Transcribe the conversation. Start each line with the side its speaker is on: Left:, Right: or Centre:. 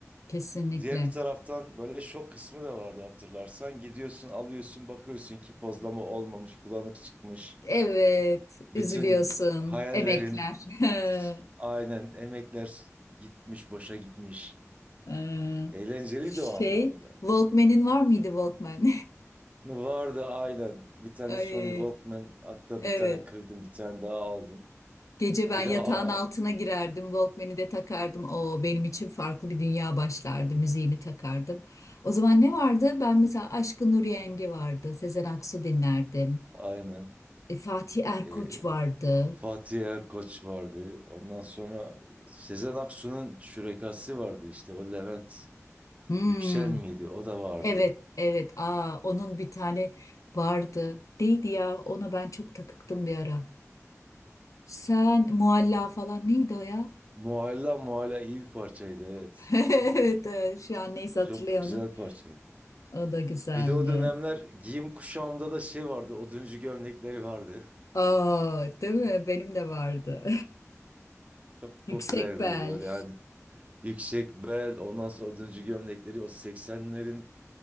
Left: Kesinlikle.
Right: Diğer bir taraftan böyle şok kısmı da vardı hatırlarsan. Gidiyorsun, alıyorsun, bakıyorsun ki pozlama olmamış, bulanık çıkmış.
Left: Evet,
Right: Bütün
Left: üzülüyorsun.
Right: b- hayallerin
Left: Emekler. <laughs>
Right: aynen emekler s- gitmiş, boşa gitmiş.
Left: Ee,
Right: Eğlenceliydi
Left: Şey,
Right: o anlamda.
Left: Walkman'in var mıydı Walkman?
Right: Vardı aynen. Bir tane
Left: <laughs> Ay,
Right: Sony Walkman hatta
Left: evet.
Right: bir tane kırdım, bir tane daha aldım.
Left: Gece ben
Right: Bir de
Left: yatağın
Right: a-
Left: altına
Right: a-
Left: girerdim, Walkman'i de takardım. O benim için farklı bir dünya başlardı. Müziğimi takardım. O zaman ne vardı? Ben mesela Aşkın Nur Yengi vardı. Sezen Aksu dinlerdim.
Right: aynen.
Left: E, Fatih Erkoç
Right: Ee,
Left: vardı.
Right: Fatih Erkoç vardı. Ondan sonra Sezen Aksu'nun şürekası vardı işte o Levent.
Left: Hmm.
Right: Yüksel miydi? O da vardı.
Left: Evet, evet. Aa, onun bir tane vardı. Neydi ya? Ona ben çok takıktım bir ara. Sen mualla falan neydi o ya?
Right: Mualla Mualla iyi bir parçaydı evet.
Left: <laughs> Evet, evet. şu an neyse
Right: Çok
Left: hatırlayamadım.
Right: güzel parçaydı.
Left: O da güzeldi.
Right: Bir de o dönemler giyim kuşamda da şey vardı. Oduncu gömlekleri vardı.
Left: Aa, değil mi? Benim de vardı.
Right: <laughs> Çok
Left: <laughs> Yüksek
Right: popülerdi
Left: bel.
Right: böyle hani. Yüksek bel ondan sonra oduncu gömlekleri o 80'lerin